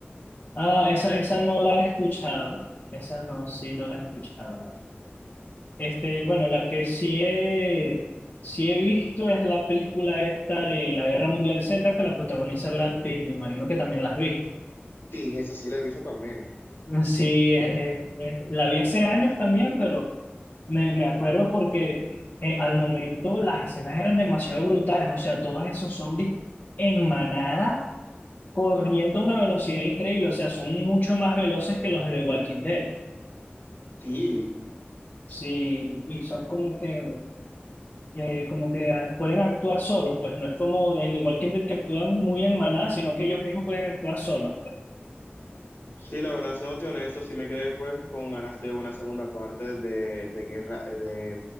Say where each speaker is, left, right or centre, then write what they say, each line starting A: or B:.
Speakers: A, on the left (about 40°); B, on the left (about 60°).
A: Ah, esa, esa no la he escuchado. Esa no, sí, no la he escuchado, la verdad. Este, bueno, la que sí he, sí he visto es la película esta de la Guerra Mundial Z que la protagoniza Brad Pitt. Me imagino que también la has visto.
B: Sí, esa sí la he visto también.
A: Sí, eh, eh, eh, la vi hace años también, pero me, me acuerdo porque eh, al momento las escenas eran demasiado brutales. O sea, todos esos zombies en manada corriendo a una velocidad increíble. O sea, son mucho más veloces que los de The Walking Dead.
B: Sí.
A: Sí, y son como que, eh, como que a- pueden actuar solos, pues no es como en The Walking Dead que actúan muy en manada, sino que ellos mismos pueden actuar solos, pues.
B: Sí, la verdad, siéndote honesto, sí me quedé pues con ganas de una segunda parte de, de Guerra, eh, de,